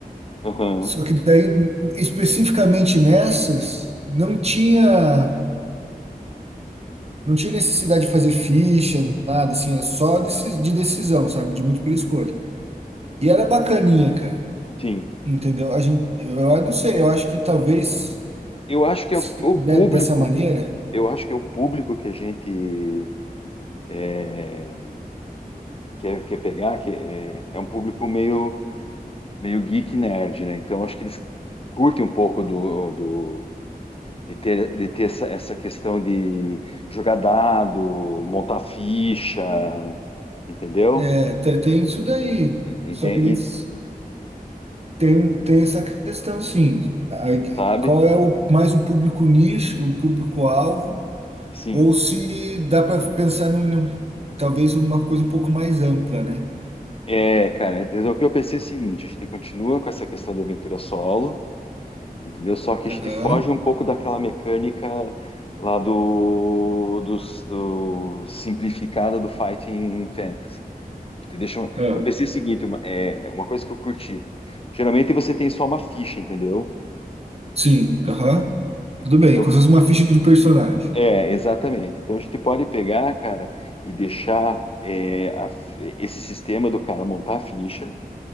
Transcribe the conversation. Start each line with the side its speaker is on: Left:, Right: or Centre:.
Left: Aham,
Right: Só que daí, n- especificamente nessas, não tinha, não tinha necessidade de fazer ficha, nada, assim, era só deci- de decisão, sabe? De múltipla escolha. E era bacaninha, cara.
Left: sim.
Right: Entendeu? A gente, eu, eu não sei, eu acho que talvez,
Left: Eu acho que
Right: se
Left: é o o
Right: fizer
Left: público,
Right: dessa maneira,
Left: eu acho que é o público que a gente é, quer, quer pegar, que é, é um público meio, meio geek nerd, né? Então acho que eles curtem um pouco do, do de ter, de ter essa, essa questão de jogar dado, montar ficha, entendeu?
Right: é, te- tem isso daí.
Left: Ente-
Right: Só que eles.
Left: e-
Right: Tem, tem essa questão, sim. Aí,
Left: sabe?
Right: qual é o, mais o público nicho, o público-alvo,
Left: Sim.
Right: ou se dá para pensar num, num- talvez uma coisa um pouco mais ampla, né?
Left: É, cara, então o que eu pensei é o seguinte, a gente continua com essa questão de aventura solo. Entendeu? Só que a gente
Right: Aham.
Left: foge um pouco daquela mecânica lá do, do, do simplificada do Fighting Fantasy. A gente deixa, um-
Right: Ah,
Left: eu pensei o seguinte, uma, é, uma coisa que eu curti. Geralmente você tem só uma ficha, entendeu?
Right: sim, aham. Tudo
Left: Então,
Right: bem, como se fosse uma ficha de personagem.
Left: é, exatamente. Então a gente pode pegar, cara, e deixar é, a fi- esse sistema do cara montar a ficha,